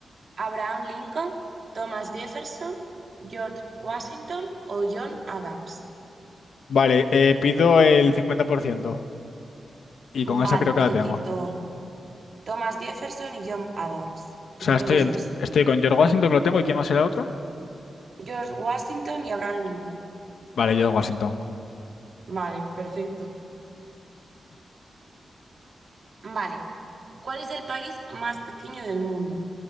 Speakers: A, on the right (about 40°); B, on the left (about 75°).
A: ¿Abraham Lincoln, Thomas Jefferson, George Washington o John Adams?
B: Vale, eh, pido el cincuenta por ciento Y con
A: Vale,
B: esa creo
A: pues
B: que la
A: te
B: tengo.
A: quito Thomas Jefferson y John Adams. Te
B: O sea,
A: quito
B: estoy,
A: esas
B: en-
A: dos.
B: estoy con George Washington, que lo tengo. ¿Y quién más era el otro?
A: George Washington y Abraham Lincoln.
B: Vale, George Washington.
A: Vale, perfecto. Vale. ¿Cuál es el país más pequeño del mundo?